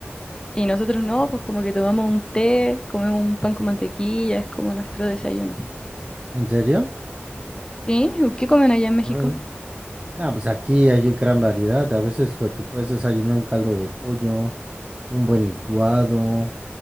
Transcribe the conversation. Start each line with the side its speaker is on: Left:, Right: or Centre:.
Left: y nosotros no, pues como que tomamos un té, comemos un pan con mantequilla, es como nuestro desayuno.
Right: ¿En serio?
Left: ¿Sí? ¿Qué comen allá en México?
Right: Órale. No, pues aquí hay gran variedad. A veces pues, te puedes desayunar un caldo de pollo, un buen licuado.